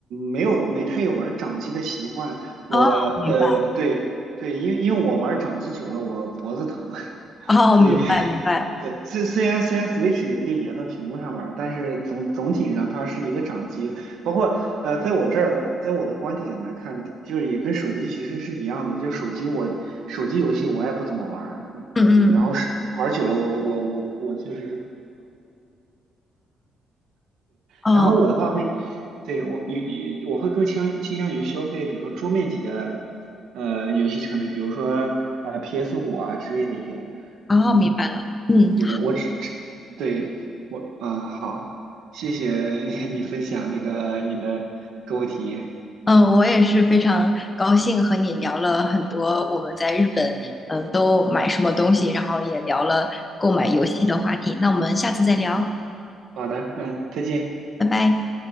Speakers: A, on the right; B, on the left.
A: 没有没太有玩掌机的习惯，我呃对对，
B: 哦，明白，
A: 因为因为我玩掌机久了我脖子疼，<laughs>
B: 哦，
A: 所以
B: 明白，明白，
A: 对虽虽然虽然 Switch 也可以连到屏幕上玩，但是总总体上它是一个掌机，包括呃在我这儿在我的观点来看，就是也跟手机其实是一样的，就是手机我手机游戏我也不怎么玩，
B: 嗯嗯，
A: 就然后是玩久了我，我我我就是，
B: 哦，
A: 然后我的话会，对我有有我会更倾倾向于消费，比如说桌面级的呃游戏产品，比如说呃 PS 五啊之类的一些，
B: 哦，
A: 嗯，
B: 明白了，嗯。
A: 对我只只对我嗯好，谢谢你你分享那个你的购物体验，
B: 嗯，我也是非常高兴和你聊了很多我们在日本，
A: 嗯
B: 嗯，都买什么东西，然后也聊了购买游戏的话题。
A: 好
B: 那我们下次再聊，
A: 好的嗯再见。
B: 拜拜。